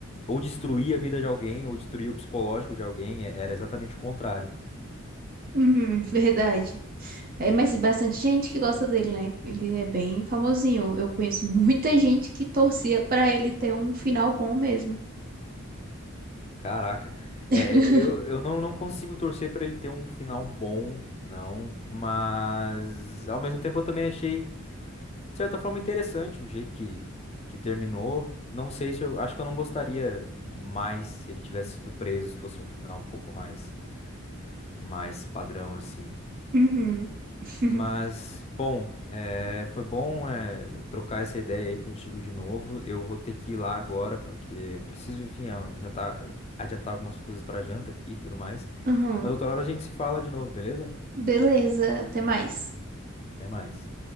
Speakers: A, on the left (about 30°); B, on the right (about 40°).
A: ou destruía a vida de alguém, ou destruía o psicológico de alguém, é- era exatamente o contrário.
B: Uhum, verdade. É, mas bastante gente que gosta dele, né? Ele é bem famosinho. Eu conheço muita gente que torcia pra ele ter um final bom mesmo.
A: Caraca,
B: <laughs>
A: É, é, eu, eu não, não consigo torcer para ele ter um final bom, não, mas ao mesmo tempo eu também achei, de certa forma, interessante o jeito que, que terminou. Não sei se eu acho que eu não gostaria mais se ele tivesse sido preso, se fosse um final um pouco mais. mais padrão assim.
B: uhum. <laughs>
A: Mas, bom, eh, foi bom eh, trocar essa ideia aí contigo de novo. Eu vou ter que ir lá agora, porque eu preciso, enfim, a- jantar, adiantar algumas coisas para janta aqui e tudo mais.
B: Aham.
A: Mas outra hora a gente se fala de novo, beleza?
B: Beleza, até mais.
A: Até mais.